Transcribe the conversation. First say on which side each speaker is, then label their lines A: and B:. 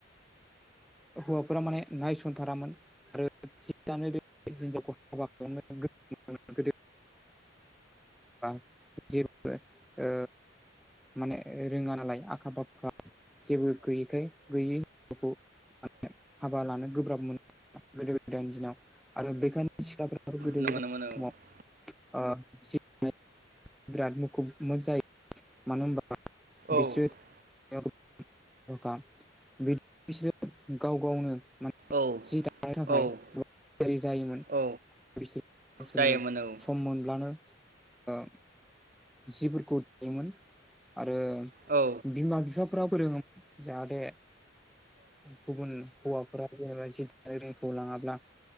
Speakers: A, in the centre; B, on the right.
A: हौवाफोरा माने नायसनथारामोन। <unintelligible> सि दानो रोंडि हिनजावखौ हा <unintelligible> गोदोनि <unintelligible> जेबो ओ माने रोङा नालाय आखा फाखा जेबो गैयैखाय गैयै <unintelligible> खौ <unintelligible> हाबा लानो गोब्राब मोनो <unintelligible> गोदो गोदाइनि दिनाव। आरो बेखायनो सिख्ला <unintelligible> गोदो गोदायनि
B: नंगौ नंगौ नंगौ
A: समाव ओ <unintelligible> बिराद मुखुब <unintelligible> जायो मानो होमबा
B: औ
A: बिसोर <unintelligible> बिसोरो गाव गावनो मान
B: औ
A: जि दानो
B: औ
A: थाखाय <unintelligible> जायोमोन।
B: औ
A: बिसोर गावसोरनो
B: जायोमोन औ
A: सम मोनब्लानो ओ जिफोरखौ दायोमोन। आरो
B: औ।
A: बिमा बिफाफ्रा फोरोङोमोन जाहाथे गुबुन हौवाफोरा जेनेबा जिद रायरायखौ लाङाब्ला